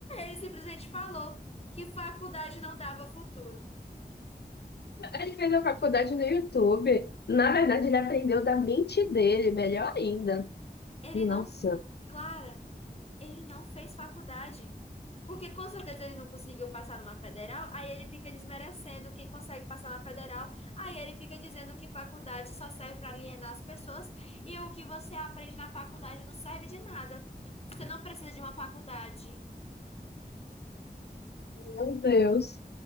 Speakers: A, on the left; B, on the left.
A: ele simplesmente falou que faculdade não dava futuro.
B: ele fez a faculdade no YouTube. Na verdade, ele aprendeu da mente dele, melhor ainda.
A: Ele
B: Nossa,
A: não, Clara, Ele não fez faculdade. Porque com certeza ele não conseguiu passar numa federal, aí ele fica desmerecendo quem consegue passar na federal, aí ele fica dizendo que faculdade só serve para alienar as pessoas e o que você aprende na faculdade não serve de nada. Você não precisa de uma faculdade.
B: Meu Deus.